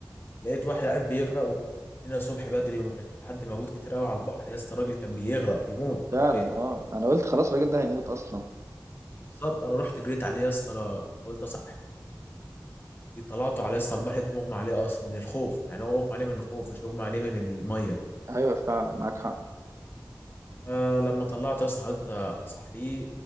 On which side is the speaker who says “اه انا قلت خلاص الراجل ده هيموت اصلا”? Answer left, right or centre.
Right